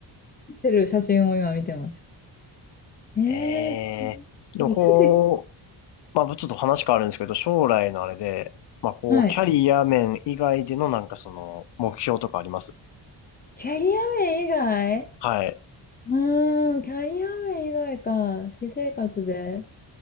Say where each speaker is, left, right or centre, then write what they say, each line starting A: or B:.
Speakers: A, on the left; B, on the left.
A: ってる写真を今見てます。え
B: ええでもこ
A: ー、いつで、
B: まあ、ちょっと話変わるんですけど、将来のあれで、まあ、こう、
A: はい。
B: キャリア面以外でのなんかその、目標とかあります
A: キャリア面以外
B: はい。
A: うーん、キャリア面以外か。私生活で。